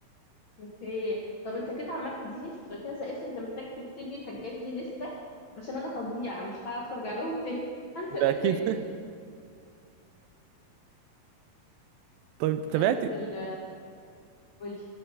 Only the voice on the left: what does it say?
اوكي طب انت كده عمال تديني في كذا اسم انت محتاج تكتب لي الحاجات دي لسه عشان انا هضيع مش هعرف ارجع لهم تاني <laughs> هنسى
الاسامي
لا بس ال قولي